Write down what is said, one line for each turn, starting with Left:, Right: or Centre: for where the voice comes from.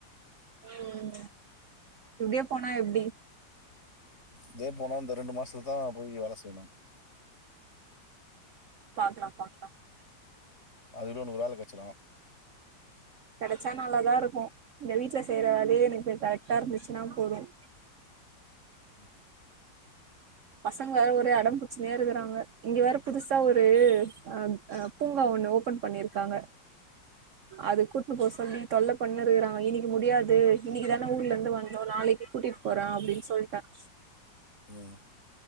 Right: உம் இப்டியே போனா எப்படி
Left: இதே போனா இந்த ரெண்டு மாசத்துதான் போய் வேலை செய்யணும்
Right: பாக்கலாம் பாக்கலாம்
Left: அதுன்னு உனக்கு வேழ கெச்சிடும்
Right: கிடைச்சா நல்லாதான் இருக்கும் இந்த வீட்டுல செய்யற வேலையே எனக்கு போய் கரெக்டா இருந்துச்சுன்னா போதும்
Left: உம்
Right: பசங்க வேற ஒரே அடம்பம்பிச்சனையா இருக்கறாங்க இங்க வேற புதுசா ஒரு அஹ்ஹ் பூங்கா ஒண்ணு ஓபன் பண்ணிருக்காங்க அது கூட்டுன்னு போ சொல்லி தொல்லை பண்ணு இருக்கறாங்க இன்னைக்கு முடியாது இன்னைக்கு தானே ஊர்ல இருந்து வாந்தோம் நாளைக்கு கூட்டிட்டு போறன் அப்படின்னு சொல்லிட்டேன்
Left: உஹம்